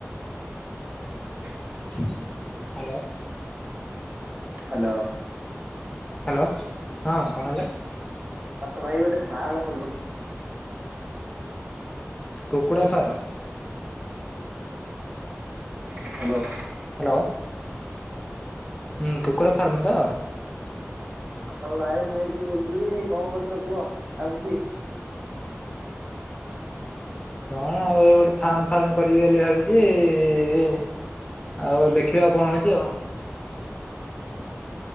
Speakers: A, on the right; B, on the left.
A: ହ
B: ହ୍ୟାଲୋ।
A: ହ୍ୟାଲୋ।
B: ହ୍ୟାଲୋ। ହଁ କଣ ହେଲା?
A: ହଁ ତମ ଭାଇ ଗୋଟେ ଫାର୍ମ ଖଲ,
B: କୁକୁଡ଼ା ଫାର୍ମ?
A: ହ୍ୟାଲୋ।
B: ହ୍ୟାଲୋ। ହୁଁ କୁକୁଡ଼ା ଫାର୍ମ ତ?
A: ହଉ ଭାଇ ମୁଇଁ ଏଇଠି ବୁଲୁଥିଲି କଣ କରୁଛ କୁହ ଆଉ କିଛି
B: କଣ ଆଉ ଏଇ ଗୋଟେ ଫାର୍ମ ଫାର୍ମ କରିବି ବୋଲି ଭାବିଛି ଇ ଆଉ ଦେଖିବା କଣ ହଉଛି ଆଉ।
A: <inaudible>